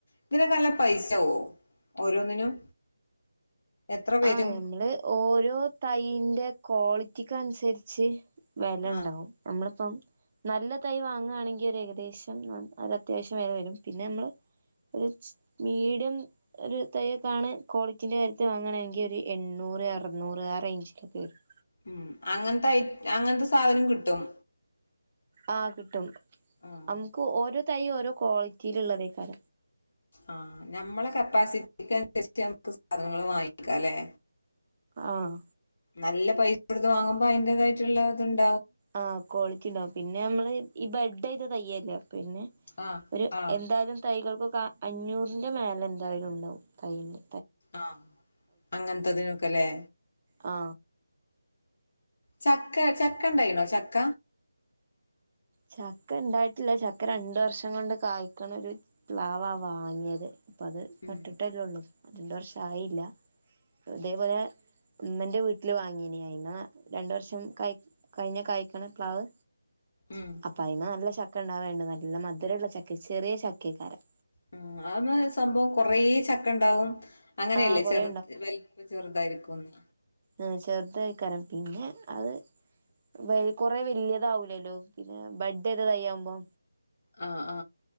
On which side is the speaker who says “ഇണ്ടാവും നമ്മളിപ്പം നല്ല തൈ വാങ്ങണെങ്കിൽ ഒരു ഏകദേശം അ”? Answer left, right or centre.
Right